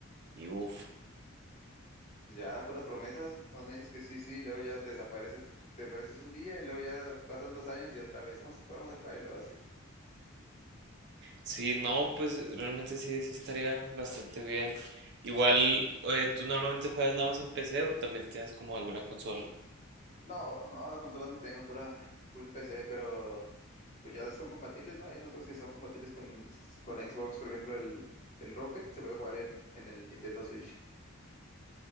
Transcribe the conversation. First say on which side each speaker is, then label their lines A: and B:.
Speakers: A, on the right; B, on the left.
A: Y uff,
B: pues ya puras promesas, no me dices que sí, sí, y luego ya te desapareces, te desapareces un día y luego ya pasan dos años y otra vez, vamos a jugar, vamos a jugar y luego así.
A: sí, no, pues realmente sí, sí estaría bastante bien. Igual, eh, ¿tú normalmente juegas nada más en PC o también tienes como alguna consola?
B: No, no, consolas no tengo, pura full PC, pero pues ya son compatibles, ¿no? Hay unos juegos que son compatibles con, con Xbox, por ejemplo, el, el Rocket se puede jugar en, en el Nintendo Switch.